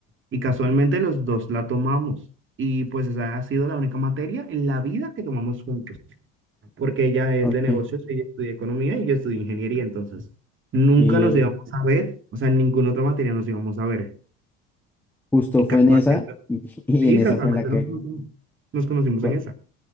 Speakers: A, on the right; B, in the centre.
A: Y casualmente los dos la tomamos. Y pues esa ha sido la única materia en la vida que tomamos juntos, porque ella es
B: ok.
A: de negocios, ella estudia economía y yo estudio ingeniería, entonces nunca
B: Y
A: nos íbamos a ver, o sea, en ninguna otra materia nos íbamos a ver.
B: justo
A: Y
B: fue
A: casualmente
B: en esa, y, <laughs> y
A: Sí,
B: en esa
A: casualmente
B: fue en la que
A: nos conocimos, nos conocimos
B: se, co-
A: en esa.